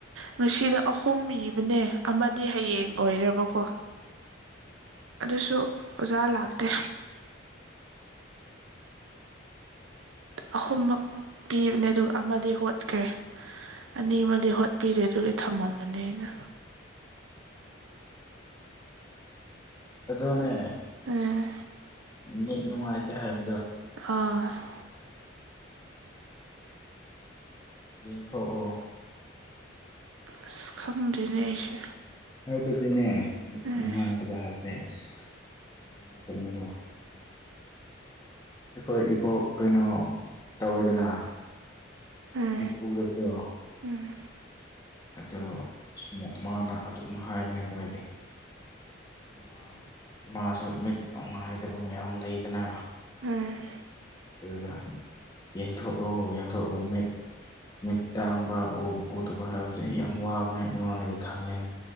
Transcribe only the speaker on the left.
<inaudible>
ꯎꯝ <inaudible> ꯑꯣꯅꯦ
ꯃꯤꯠ ꯅꯨꯡꯉꯥꯏꯇꯦ ꯍꯥꯏꯕ
ꯌꯦꯡꯊꯣꯛꯑꯣ
ꯍꯥꯏꯕꯗꯤꯅꯦ ꯃꯤꯠ
ꯅꯨꯡꯉꯥꯏꯇꯕ ꯍꯥꯏꯁꯦ ꯑꯁ ꯌꯥꯝ ꯅꯨꯡꯉꯥꯏꯇꯕꯅꯦꯀꯣ ꯑꯩꯈꯣꯏ ꯏꯕꯣꯛ ꯀꯩꯅꯣ ꯇꯧꯋꯦꯗꯅ
ꯃꯤꯠ ꯎꯗꯕꯗꯣ
ꯑꯗꯣ ꯃꯥꯅ ꯑꯗꯨꯝ ꯍꯥꯏꯕꯅꯦꯀꯣ ꯍꯥꯏꯗꯤ ꯥ ꯃꯥꯁꯨ ꯃꯤꯠ ꯅꯨꯡꯉꯥꯏꯇꯕ ꯃꯌꯥꯝ ꯂꯩꯗꯅ
ꯑꯗꯨꯗ ꯌꯦꯡꯊꯣꯛꯑꯣ ꯌꯦꯡꯊꯣꯛꯑꯣ ꯃꯤꯠ ꯃꯤꯠ ꯇꯥꯡꯕ ꯎꯗꯥꯕ ꯍꯥꯏꯕꯁꯦ ꯌꯥꯝ ꯋꯥꯕꯅꯦ ꯑꯩꯉꯣꯟꯗꯒꯤ ꯈꯪꯉꯦꯅꯦ